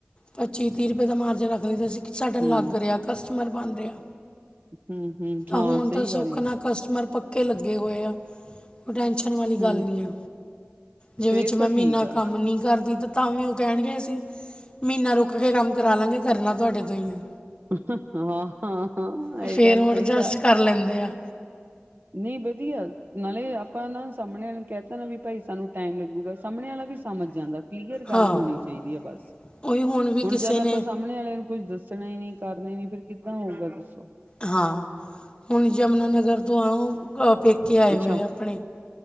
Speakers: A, on the left (about 25°); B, on the right (about 55°).
A: ਪੱਚੀ, ਤੀਹ ਰਪਏ ਦਾ ਮਾਰਜਨ ਰੱਖ ਲਈ ਦਾ ਸੀ ਸਾਡਾ ਲੱਗ
B: ਹੂੰ
A: ਰੇਆ ਕਸਟਮਰ ਬਣ ਰੇਆ।
B: ਹੂੰ ਹੂੰ
A: ਤਾਂ
B: ਹਾਂ
A: ਹੁਣ
B: ਸਹੀ
A: ਤਾਂ
B: ਗੱਲ
A: ਸੋਖ
B: ਆ
A: ਨਾ ਕਸਟਮਰ ਪੱਕੇ ਲੱਗੇ ਹੋਏ ਆ ਕੋਈ ਟੈਂਸ਼ ਨ ਵਾਲੀ
B: ਹੂੰ
A: ਗੱਲ ਨੀ ਆ। ਜੇ
B: ਫੇਰ
A: ਵਿੱਚ ਮੈਂ
B: ਤਾਂ
A: ਮੀਨਾ
B: ਠੀਕ ਆ
A: ਕੰਮ ਨੀ ਕਰਦੀ ਤੇ ਤਾਂ ਵੀ ਓ ਕੈਨਗੇ ਅਸੀ ਮੀਨਾ ਰੁਕ ਕੇ ਕੰਮ ਕਰਾ ਲਾਂਗੇ ਕਰਨਾ ਤੁਆਡੇ ਤੋਂ ਈ ਆ।
B: ਹਾਂ-ਹਾਂ-ਹਾਂ
A: ਤੇ
B: ਇਹ
A: ਫੇਰ
B: ਗੱਲ
A: ਉਹ
B: ਸਹੀ
A: ਅਡਜਸਟ
B: ਆ।
A: ਕਰ ਲੈਂਦੇ ਆ।
B: ਨਹੀਂ ਵਧੀਆ ਨਾਲੇ ਆਪਾਂ ਨਾ ਸਾਹਮਣੇ ਕਹਿਤਾ ਨਾ ਵੀ ਭਾਈ ਸਾਨੂੰ ਟਾਈਮ ਲੱਗੂ। ਸਾਹਮਣੇ ਵਾਲਾ ਵੀ ਸਮਝ ਜਾਂਦਾ ਕਲੀਅਰ ਗੱਲ
A: ਹਾਂ
B: ਹੋਣੀ ਚਾਹੀਦੀ ਹੈ ਬਸ।
A: ਉਹੀ ਵੀ
B: ਹੁਣ
A: ਕਿਸੇ
B: ਜਦ ਆਪਾਂ
A: ਨੇ
B: ਸਾਹਮਣੇ ਵਾਲਿਆਂ ਨੂੰ ਕੁੱਝ ਦੱਸਣਾ ਹੀ ਨੀ ਕਰਨਾ ਹੀ ਨੀ ਫੇਰ ਕਿੱਦਾਂ ਹੋਊਗਾ ਦੱਸੋ।
A: ਹਾਂ ਹੁਣ ਯਮੁਨਾਾਨਗਰ ਤੋਂ ਆਓ। ਪੇਕੇ ਆਏ
B: ਅੱਛਾ-ਅੱਛਾ
A: ਹੋਏ ਆ ਆਪਣੇ